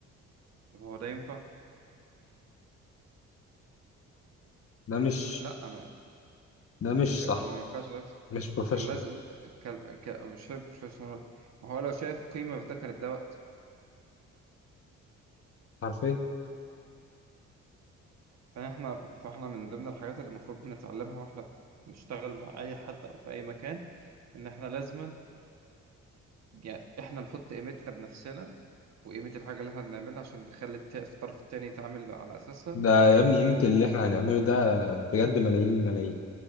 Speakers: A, on the right (about 60°); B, on the left (about 50°).
A: طب هو ده ينفع؟
B: ده مش
A: لا ما
B: ده مش
A: مش هي...
B: صح
A: ما ينفعش ده يحصل.
B: مش بروفيشنال
A: كان لازم كان ك... مش شايف بروفيشنال ما هو لو شايف قيمه في ده كان ده وقت
B: عارفين
A: فاحنا فاحنا من ضمن الحاجات اللي المفروض بنتعلمها واحنا بنشتغل مع اي حد او في اي مكان ان احنا لازما يعني احنا نحط قيمتنا بنفسنا وقيمة الحاجة اللي احنا بنعملها عشان نخلي الت- الطرف التاني يتعامل على أساسها
B: ده يا ابني قيمة
A: و...
B: اللي احنا هنعمله ده بجد ملايين الملايين